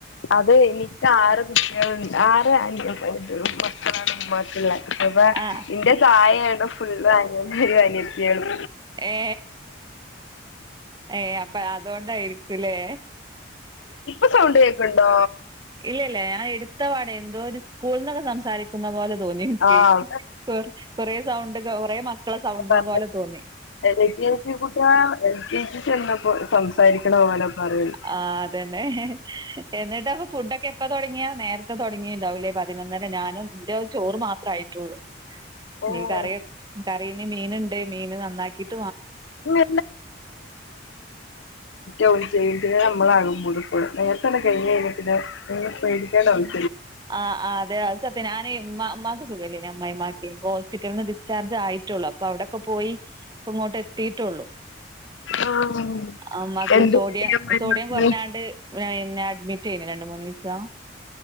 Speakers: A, on the left; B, on the right.
A: അതെ എനിക്ക് ആറ് കുട്ടികളുണ്ട് ആറ് അഞ് പ മക്കളാണ് ഉമ്മാക്കുള്ള അപ്പൊ
B: ആഹ്
A: ഇന്റെ സായി ഇവിടെ ഫുൾ <unintelligible> അനിയത്തിയേളും
B: ഏ ഏ അപ്പൊ അതൊണ്ടായിരിക്കുല്ലേ
A: ഇപ്പൊ സൗണ്ട് കേക്കണ്ടോ.?
B: ഇല്ലല്ല ഞാൻ എടുത്ത പാടെ എന്തോ ഒരു സ്കൂൾന്നൊക്കെ സംസാരിക്കുന്ന പോലെ തോന്നി എനിക്ക്.
A: ആഹ്
B: കൊ കൊറേ സൗണ്ട് കൊറേ മക്കളെ സൗണ്ട്
A: പറഞ്ഞ്
B: പോലെ തോന്നി
A: എൽ കെ ജി കുട്ട്യാ എൽ കെ ജി ചെന്നപ്പോ സംസാരിക്കണ പോലെ പറയും.
B: ആ അതന്നെ എന്നി എന്ത ഫുഡ്ഡൊക്കെ എപ്പ തുടങ്ങിയെ? നേരത്തെ തുടങ്ങിയുണ്ടാവില്ലേ പതിനൊന്നര ഞാനും ഇന്റെ ചോറ് മാത്രേ ആയിട്ടുള്ളൂ.
A: ഓഹ്
B: ഇനി കറി കറീന് മീന്ണ്ട് മീന് നന്ന ന്നാക്കീട്ട്
A: <inaudible> റ്റ ഓര് ചെയ്ത് അമ്മളാകും <unintelligible> നേരത്തന്നെ കഴിഞ്ഞ് കയിഞ്ഞാ പിന്നെ പേടിക്കേണ്ട വന്നി
B: ആ ആ അതെ അത് ഇപ്പ ഞാനേ ഉമ്മാ ഉമ്മാക്ക് സുഖല്ലേനു, അമ്മായിമ്മാക്കേ. അപ്പോ ഹോസ്പിറ്റലിന്ന് ഡിസ്ചാർജ് ആയിട്ടേള്ളു. അപ്പ അവിടൊക്കെ പോയി ഇപ്പ ഇങ്ങോട്ടെത്തീട്ടേള്ളു.
A: ആഹ്
B: അമ്മാക്ക്
A: എന്ത്
B: സോഡിയം
A: കുട്ടിയാ
B: സോഡിയം കുറഞ്ഞാണ്ട് ഈഹ് ന്നെ അഡ്മിറ്റ് ചെയ്ത് രണ്ട് മൂന്നീസം